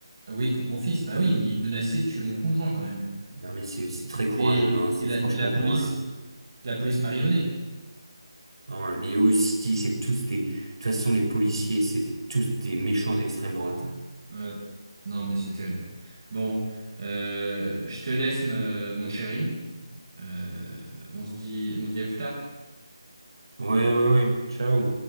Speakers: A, on the right; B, on the right.
A: ah oui, contre mon fils. Bah oui, il menaçait de tuer mon conjoint quand même.
B: Non mais c'est c'est très courageux,
A: Et,
B: hein, c'est
A: et la,
B: franchement
A: la police,
B: courageux.
A: la police marionnée.
B: Non, les aussi, c'est tous des... De toute façon, les policiers, c'est des- tous des méchants d'extrême droite.
A: Ouais. Non, mais c'est terrible. Bon, euh, je te laisse, me- mon chéri. Euh, on se dit, on se dit à plus tard.
B: Ouais, ouais, ouais. Ciao.